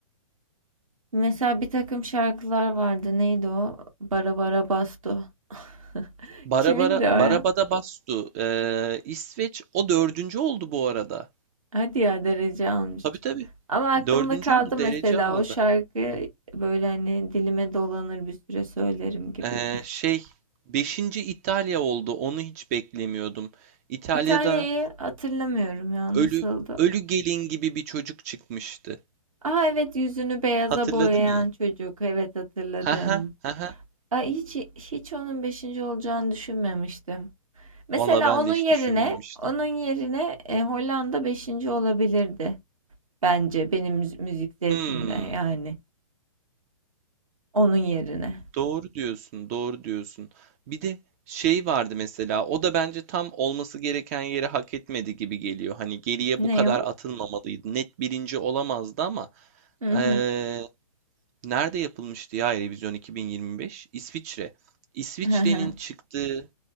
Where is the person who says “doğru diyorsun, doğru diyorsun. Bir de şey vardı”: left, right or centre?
Right